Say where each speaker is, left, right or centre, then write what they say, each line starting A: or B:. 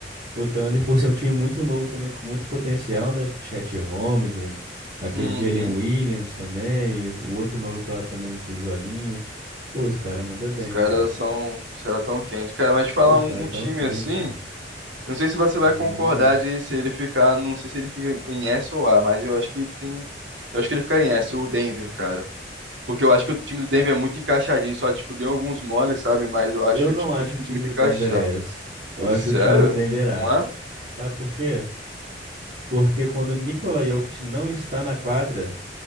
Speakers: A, on the right; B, on the right.
A: o Thunder, por ser um time muito novo também, com muito potencial, né? Chet Holmgren, aquele
B: Uhum.
A: Jalen Williams também, o outro maluco lá também do Zolinho. Pô, os caras mandam bem,
B: Os caras
A: cara.
B: É. são, os caras tão quentes. Cara, mas te falar
A: Pô, os
B: um,
A: caras
B: um
A: tão
B: time
A: quente.
B: assim, eu não sei se você
A: Jalen
B: vai concordar
A: Williams.
B: de se ele ficar, não sei se ele fica em S ou A, mas eu acho que ele tem, eu acho que ele ficaria em S, o Denver, cara. Porque eu acho que o time do Denver é muito encaixadinho, só tipo deu alguns moles, sabe? Mas eu acho
A: Eu não
B: tipo
A: acho
B: o time
A: o time
B: muito
A: do
B: encaixado.
A: Denver S. Eu acho
B: Sério?
A: o time do Denver A.
B: Não é?
A: Sabe por quê? Porque quando o Nikola Jokic não está na quadra,